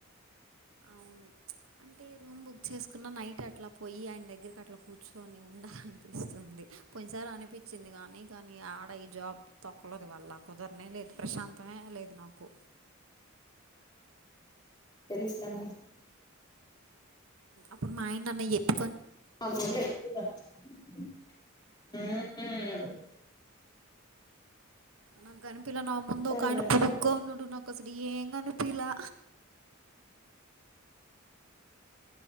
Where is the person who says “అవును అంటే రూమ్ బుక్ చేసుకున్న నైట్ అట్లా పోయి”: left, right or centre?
Right